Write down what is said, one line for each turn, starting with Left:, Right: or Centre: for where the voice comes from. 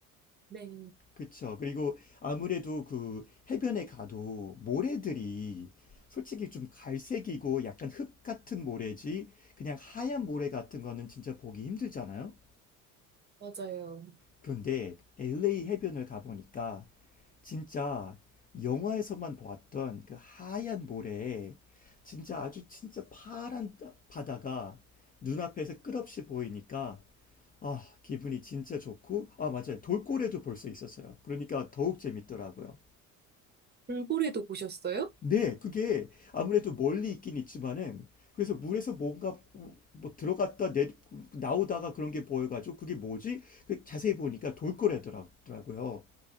Right: 네,
Left: 그쵸. 그리고 아무래도 그 해변에 가도 모래들이 솔직히 좀 갈색이고 약간 흙 같은 모래지 그냥 하얀 모래 같은 거는 진짜 보기 힘들잖아요.
Right: 맞아요.
Left: 그런데 LA 해변을 가보니까 진짜 영화에서만 보았던 그 하얀 모래에 진짜 아주 진짜 파란 따- 바다가 눈앞에서 끝없이 보이니까 아, 기분이 진짜 좋고 아, 맞아요. 돌고래도 볼 수 있었어요. 그러니까 더욱 재밌더라고요.
Right: 돌고래도 보셨어요?
Left: 네, 그게 아무래도 멀리 있긴 있지만은 그래서 물에서 뭔가 뭐 들어갔다 내 나오다가 그런 게 보여가지고 그게 뭐지? 그 자세히 보니까 돌고래더라고요.